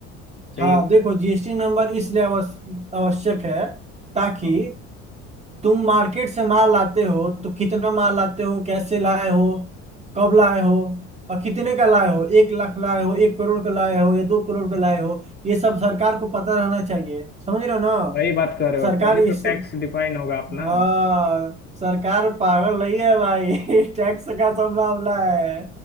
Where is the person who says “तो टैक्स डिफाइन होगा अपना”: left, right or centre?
Left